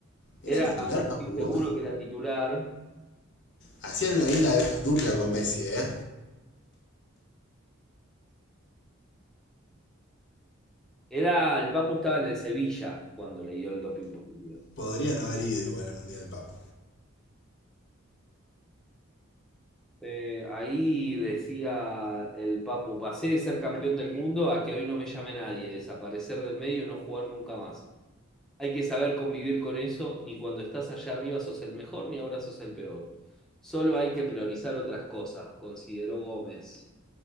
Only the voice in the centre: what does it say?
Era,
estoy
seguro
que era titular.
Era, el Papu estaba en el Sevilla cuando le dio el doping positivo.
Eh, ahí decía el Papu, pasé de ser campeón del mundo a que hoy no me llame nadie, desaparecer del medio y no jugar nunca más. Hay que saber convivir con eso, ni cuando estás allá arriba sos el mejor, ni ahora sos el peor. Solo hay que priorizar otras cosas, consideró Gómez.